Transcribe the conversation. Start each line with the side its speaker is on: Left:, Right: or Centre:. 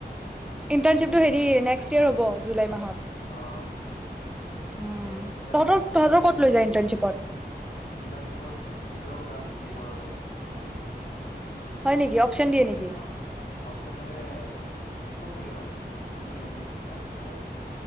Centre: ইণ্টাৰ্শ্বিপটো নেক্সট ইয়েৰ হব জুলাই মাহত।
Left: আহ
Centre: উম
Left: তে এতিয়া
Centre: তহঁতৰ
Left: আৰু আমাক
Centre: তহঁতৰ
Left: এক্সট্ৰাকেও
Centre: ক'ত লৈ যায়
Left: দিয়ে।
Centre: ইণ্টাৰ্ণশ্বিপত
Left: ইণ্টাৰ্নশ্বিপত নিজৰ কথা যি কৰ। ত
Centre: হয় নেকি অপচন দিয়ে নেকি?
Left: অ অপচন মানে চব থাকে মানে তিত সিং নন তিত সিং এইবিলাক থাকি যায়